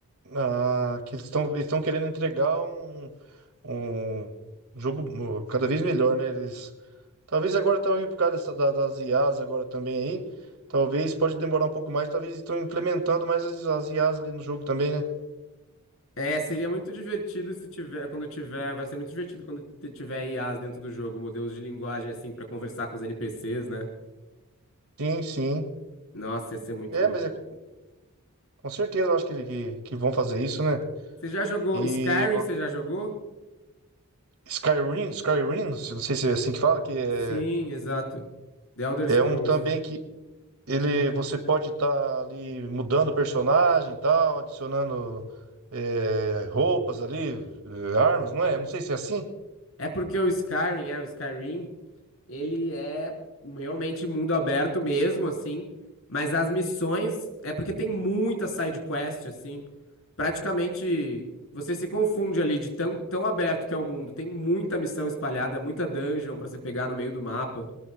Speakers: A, on the right; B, on the left.
A: Ah, que eles estão eles estão querendo entregar um, um jogo uh, cada vez melhor, né? Eles, talvez agora também por causa dessa, da- das IAs agora também aí, talvez pode demorar um pouco mais, talvez estão implementando mais as, as IAs ali no jogo também, né?
B: É, seria muito divertido se tiver, quando tiver, vai ser muito divertido quando te- tiver IAs dentro do jogo, modelos de linguagem assim pra conversar com os NPCs, né?
A: Sim, sim.
B: Nossa, ia ser muito
A: É,
B: louco.
A: mas é, com com certeza eu acho que, que, que vão fazer isso, né?
B: Você já jogou
A: E
B: Skyrim?
A: o
B: Você já jogou?
A: Skyrim, Skyrim, não sei não sei se é assim que fala, que é,
B: Sim, exato. The Elder
A: é
B: Scrolls.
A: um também que Ele, você pode estar ali mudando o personagem e tal, adicionando eh, roupas ali, eh, armas, não é? Não sei se é assim.
B: É porque o Skyrim, é, o Skyrim, ele é realmente mundo aberto mesmo, assim, mas as missões é porque tem muita side quest, assim. Praticamente você se confunde ali de tão, tão aberto que é o mundo. Tem muita missão espalhada, muita dungeon pra você pegar no meio do mapa.